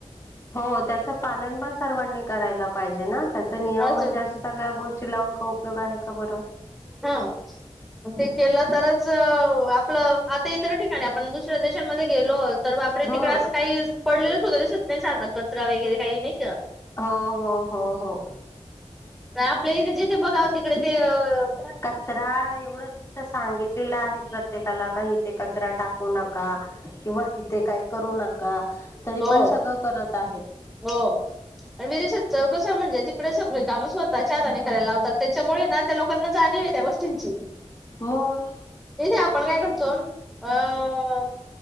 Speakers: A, on the left; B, in the centre.
A: हो त्याच पालन पण सर्वांनी करायला पाहिजे ना, त्याच नियम
B: अजून
A: म्हणजे अस सगळ्या गोष्टी लावून का उपयोग आहे का बर?
B: हन, म ते केल तरच अ आपल आ इतर ठिकाणी आपण दुसऱ्या देशांमध्ये गेलो, तर बापरे
A: हम्म
B: तिकडे अस काही पडलेल सुद्धा दिसत नाही साधा कचरा वगैरे काही नाही का.
A: हो-हो-हो.
B: का आपल्या इथे जिथे बघाव तिकडे ते अं
A: कचरा आ एवढ सांगितलेला आहे, प्रत्येकाला का हीते कचरा टाकू नका. किंवा इथे काय करू नका, तरी
B: हो
A: पण सगळ करत आहेत.
B: हो. आणि मी त्याच्यात कस म्हणजे तिकडे सगळी काम स्वतःच्या हाताने करायला लावतात, त्याच्यामुळे ना त्या लोकांना जाणीवे त्या गोष्टींची.
A: म्ह.
B: इथे आपण काय करतो, अं